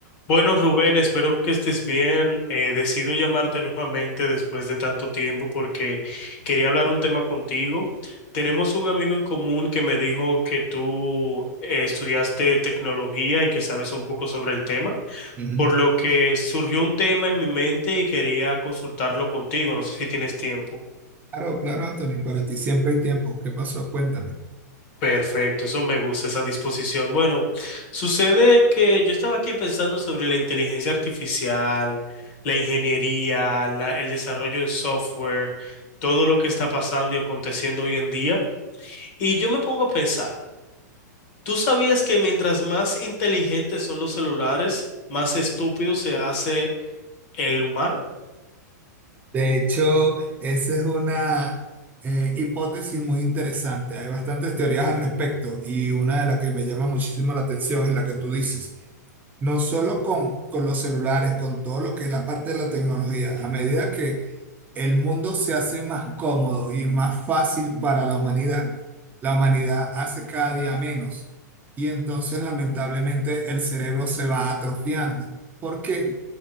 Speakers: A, on the left (about 45°); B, on the right (about 15°).
A: Bueno, Rubén, espero que estés bien. Eh, decido llamarte nuevamente después de tanto tiempo porque quería hablar un tema contigo. Tenemos un amigo en común que me dijo que tú eh, estudiaste tecnología y que sabes un poco sobre el tema,
B: Ujú.
A: por lo que surgió un tema en mi mente y quería consultarlo contigo. No sé si tienes tiempo.
B: Claro, claro, Anthony, para ti siempre hay tiempo. ¿Qué pasó? Cuéntame.
A: Perfecto, eso me gusta, esa disposición. Bueno, sucede que yo estaba aquí pensando sobre la inteligencia artificial, la ingeniería, la- el desarrollo en software, todo lo que está pasando y aconteciendo hoy en día. Y yo me pongo a pensar, ¿tú sabías que mientras más inteligentes son los celulares, más estúpido se hace el humano?
B: De hecho, esa es una eh, hipótesis muy interesante. Hay bastantes teorías al respecto y una de las que me llama muchísimo la atención es la que tú dices. No solo con, con los celulares, con todo lo que es la parte de la tecnología. A medida que el mundo se hace más cómodo y más fácil para la humanidad, la humanidad hace cada día menos. Y entonces, lamentablemente, el cerebro se va atrofiando. ¿Por qué?